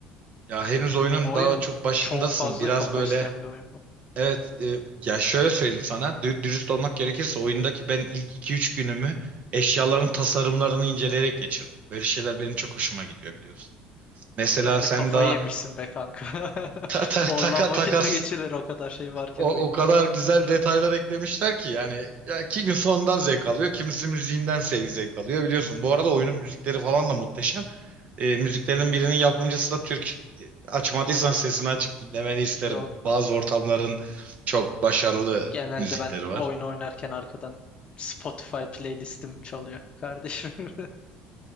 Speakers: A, on the right; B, on the left.
A: Ya henüz oyunun
B: Bu oyun
A: daha çok başındasın.
B: çok fazla
A: Biraz
B: kafa
A: böyle
B: isteyen bir oyun bu.
A: evet e, ya şöyle söyleyeyim sana dü- dürüst olmak gerekirse oyundaki ben ilk iki üç günümü eşyaların tasarımlarını inceleyerek geçirdim. Böyle şeyler benim çok hoşuma gidiyor biliyorsun. Mesela
B: Sen de
A: sen
B: kafayı
A: daha
B: yemişsin be kanka. <laughs>
A: ta ta
B: Ondan
A: taka
B: vakit
A: takas
B: mi geçirilir o kadar şey varken
A: O,
B: oyunda?
A: o kadar güzel detaylar eklemişler ki yani ya kimisi ondan zevk alıyor, kimisi müziğinden sev- zevk alıyor biliyorsun. Bu arada oyunun müzikleri falan da muhteşem. E, müziklerin birinin yapımcısı da Türk. E, Açmadıysan sesini açıp dinlemeni isterim.
B: Yok.
A: Bazı ortamların çok başarılı
B: Genelde
A: müzikleri
B: ben
A: var.
B: oyun oynarken arkadan Spotify playlistim çalıyor kardeşim. <laughs>